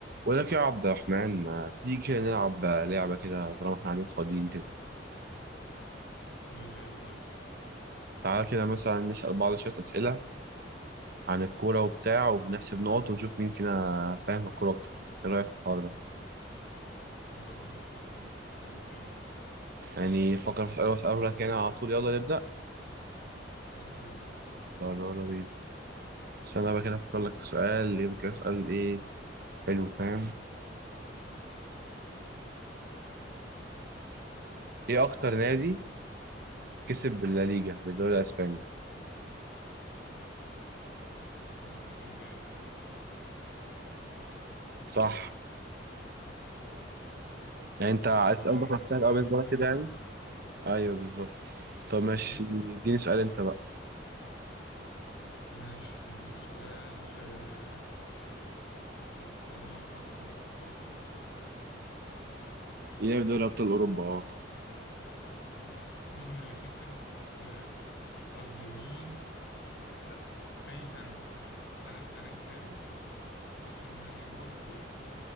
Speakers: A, on the right (about 55°); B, on the left (about 75°).
A: ولك يا عبد الرحمن ما تيجي كده نلعب لعبة كده طالما احنا قاعدين فاضيين كده
B: ايه اللعبة طيب
A: تعالى كده مثلا نسأل بعض شوية أسئلة عن الكورة وبتاع وبنحسب نقط ونشوف مين فينا فاهم الكورة أكتر إيه رأيك في الحوار ده؟
B: خلاص ماشي يلا بينا ابدأ انت
A: يعني فكر في سؤال وأسأله لك يعني على طول يلا نبدأ
B: يلا بينا
A: طب يلا بينا استنى بقى كده أفكر لك في سؤال يبقى كده سؤال إيه حلو فاهم إيه أكتر نادي كسب بالليجا بالدوري الأسباني
B: آه، اكيد ريال مدريد يعني
A: صح يعني أنت السؤال
B: تقريبا
A: ده كان سهل
B: 38
A: أوي بالنسبة لك كده
B: مرة
A: يعني
B: كمان
A: أيوه بالظبط طب ماشي
B: ايه
A: اديني سؤال أنت بقى
B: ماشي هديك سؤال آه ليك في دوري ابطال اوروبا
A: ليه في دوري أبطال أوروبا أه
B: ماشي مين اللي كسب آه، قصدي مين لا اي سنة سنة في سنة كام كسب نادي بورتو